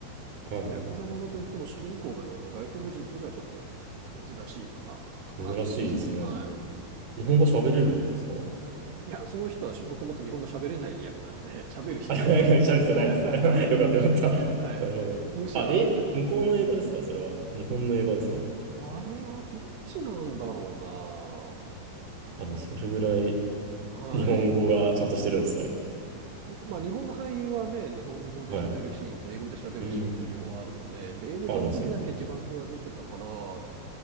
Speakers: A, on the right; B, on the right.
A: い。は
B: ヤクザものといっても主人公があの外国人っていうのはちょっと珍しいパターンだったかなって感じですね。
A: い。珍しいですね。
B: はい。
A: 日本語喋れるんですか
B: いや、その人はもともと日本語喋れない役なので、<laughs> 喋る必要はないで。
A: あ、いやいや喋る必要ないです。
B: <laughs>
A: <laughs> よかったよかった。
B: はい。はい。
A: なるほど。
B: むしろ、
A: あ、え、
B: あの、で、
A: 向こうの映画ですかそれは。日本の映画ですか
B: あれはどっちなんだろ
A: あ、でもそれぐらい
B: うな。はい。
A: 日本語がちゃんとしてるんですね。
B: まあ、日本の俳優はね、日本語で喋るシーンと英語で喋るシーンと両方あるので、
A: はい。うん。
B: で、英語の時だけ字幕が出てたから、
A: あるんですね。
B: ちょ